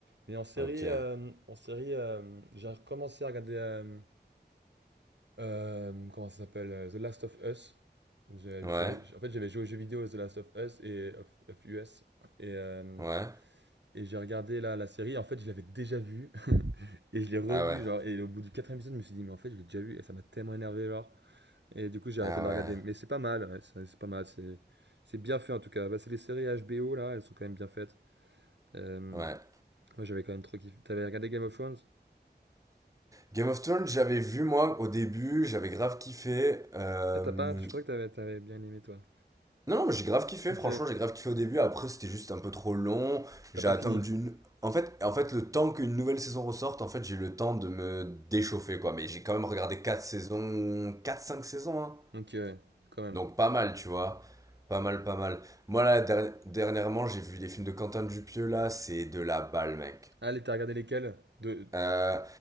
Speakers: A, on the right; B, on the right.
A: Mais en série,
B: ok.
A: euh, en série, euh, j'ai recommencé à regarder, euh, euh, comment ça s'appelle, euh, The Last of Us. J'ai-
B: Ouais,
A: j'ai- j'ai- en fait, j'avais joué aux jeux vidéo The Last of Us et of, of US, et, euh,
B: ouais.
A: et j'ai regardé là la série. En fait, je l'avais déjà vue. <laughs> Et je l'ai revu,
B: Ah ouais.
A: genre, et au bout du quatrième épisode, je me suis dit, mais en fait, je l'ai déjà vu, et ça m'a tellement énervé, genre. Et du coup, j'ai arrêté
B: Ah
A: de la
B: ouais.
A: regarder. Mais c'est pas mal, ouais, c'est c'est pas mal, c'est c'est bien fait en tout cas. Bah, c'est les séries HBO, là, elles sont quand même bien faites. Euh,
B: Ouais.
A: moi, j'avais quand même trop kiffé. T'avais regardé Game of Thrones?
B: Game of Thrones, j'avais vu moi au début, j'avais grave kiffé. euh,
A: Ah, t'as pas, je croyais que t'avais, t'avais bien aimé, toi.
B: Non, non, mais j'ai grave kiffé,
A: Ok,
B: franchement, j'ai grave kiffé au début. Après, c'était juste un peu trop long.
A: t'as
B: J'ai
A: pas
B: attendu
A: fini.
B: une. En fait, en fait, le temps qu'une nouvelle saison ressorte, en fait, j'ai eu le temps de me déchauffer, quoi. Mais j'ai quand même regardé quatre saisons, quatre cinq saisons, hein.
A: Donc, euh, quand même.
B: Donc pas mal, tu vois. Pas mal, pas mal. Moi, là, der- dernièrement, j'ai vu les films de Quentin Dupieux, là, c'est de la balle, mec.
A: Allez, t'as regardé lesquels? De...
B: Euh,